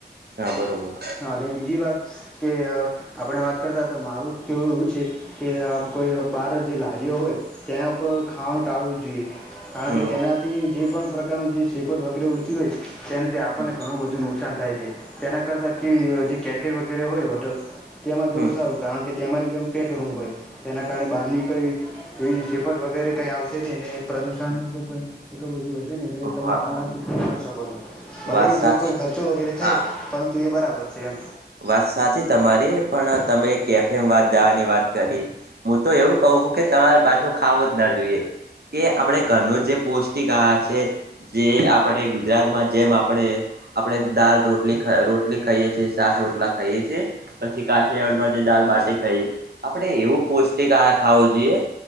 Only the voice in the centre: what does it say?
હા અને બીજી વાત કે આપણે વાત કરતા હો તો મારું કેવું એવું છે. કે આ કોઈ બાર જે લારીઓ હોય તેના ઉપર ખાવાનું ટાળવું જ જોઈએ કારણ
કે તેનાથી જે પણ પ્રકાર જે સેપર વગેરે ઉડતી હોય તેનાથી આપણને
ઘણું બધું નુકસાન થાય છે. તેના કરતા કે જે કેફે વગેરે હોય હોટલ તેમાં જોવું
સારું કારણ કે તેમાં એકદમ પેક રૂમ હોય તેના કારણે બહારની કંઈ એવી જે પણ વગેરે કઈ આવશે નહી પ્રદૂષણ નું કોઈ પણ એટલું બધું હશે ને એટલે તમે
આરામથી કરી પણ શકો છો. ભલે
જે કોઈ ખર્ચો વગેરે થાય
પરંતુ એ બરાબર છે એમ